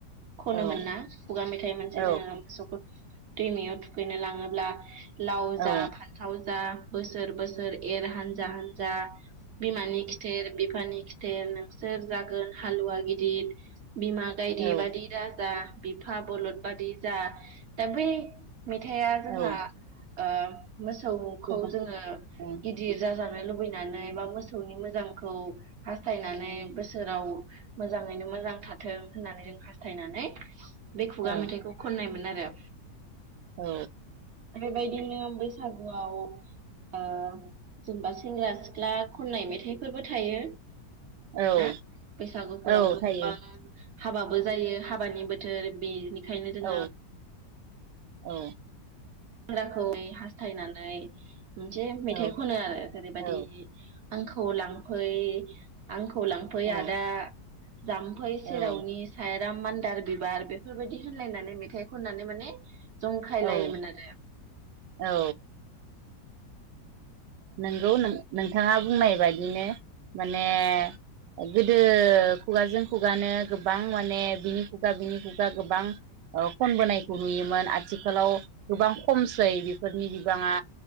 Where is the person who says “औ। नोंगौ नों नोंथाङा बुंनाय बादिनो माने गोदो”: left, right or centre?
Right